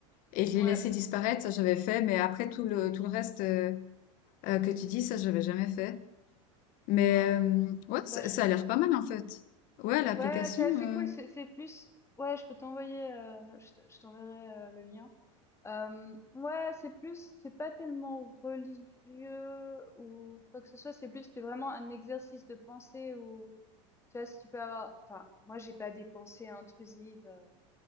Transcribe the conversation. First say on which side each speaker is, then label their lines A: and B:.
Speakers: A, on the left; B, on the left.
A: et de les
B: Ouais,
A: laisser disparaître. Ça, j'avais fait, mais après tout le tout le reste euh, euh, que tu dis, ça, j'avais jamais fait. Mais
B: ouais.
A: euh, ouais,
B: Bah,
A: ça,
B: je
A: ça
B: peux...
A: a l'air
B: je-
A: pas mal en fait. Ouais, l'application.
B: Ouais, c'est assez
A: euh,
B: cool. C'est c'est plus... Ouais, je peux t'envoyer... euh, je te- je t'enverrai euh, le lien. Euh, ouais, c'est plus... C'est pas tellement religieux ou quoi que ce soit. C'est plus... C'est vraiment un exercice de pensée où... Tu vois, si tu peux avoir... Enfin, moi, j'ai pas des pensées intrusives. euh,